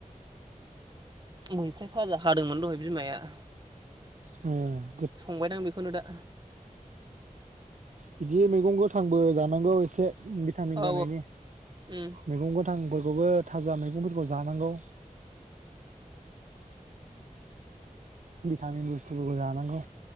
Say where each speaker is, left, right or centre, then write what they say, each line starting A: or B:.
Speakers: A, on the right; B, on the right.
A: मैफ्राय भाजा हादोंमोन दहाय बिमाया
B: ए
A: संबायदां बेखौनो दा
B: बिदि मैगं गोथांबो जानांगौ एसे भिटामिन
A: औ
B: जानायनि
A: उम
B: मैगं गोथांबो बेखौबो थाजा मैगंफोरखौ जानांगौ भिटामिन बुस्थुफोरखौ जानांगौ